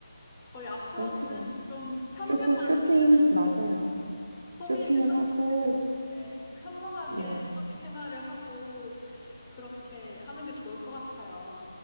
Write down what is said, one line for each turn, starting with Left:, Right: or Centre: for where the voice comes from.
Left: 저희 앞으로는
Right: 그렇구나.
Left: 좀 현명한
Right: 조금 쇼핑, 맞아요.
Left: 소비를
Right: 쇼핑을
Left: 좀더
Right: 하고,
Left: 현명하게
Right: 네,
Left: 소비 생활을 하고 그렇게 하는 게 좋을 것 같아요.